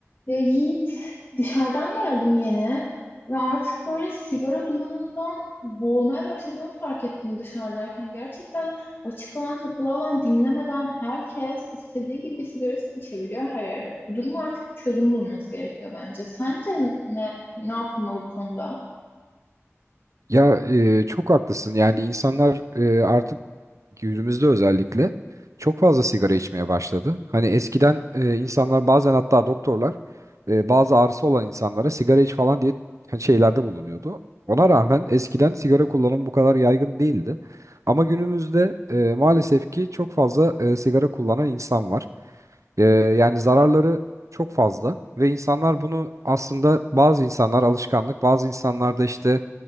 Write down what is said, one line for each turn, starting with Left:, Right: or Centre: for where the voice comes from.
Left: Ya Yiğit, dışarıdan geldim yeni ve artık böyle sigara dumanından boğulmaya başladığımı fark ettim dışarıdayken. Gerçekten açık alan, kapalı alan dinlemeden herkes istediği gibi sigarasını içebiliyor her yerde. Bu duruma artık bir çözüm bulunması gerekiyor bence. Sence ne ne yapılmalı bu konuda?
Right: Ya e, çok haklısın. Yani insanlar e, artık günümüzde özellikle çok fazla sigara içmeye başladı. Hani eskiden e, insanlar bazen hatta doktorlar e, bazı ağrısı olan insanlara sigara iç falan diye hani şeylerde bulunuyordu. Ona rağmen eskiden sigara kullanımı bu kadar yaygın değildi. Ama günümüzde e, maalesef ki çok fazla e, sigara kullanan insan var. E, yani zararları çok fazla ve insanlar bunu aslında bazı insanlar alışkanlık, bazı insanlar da işte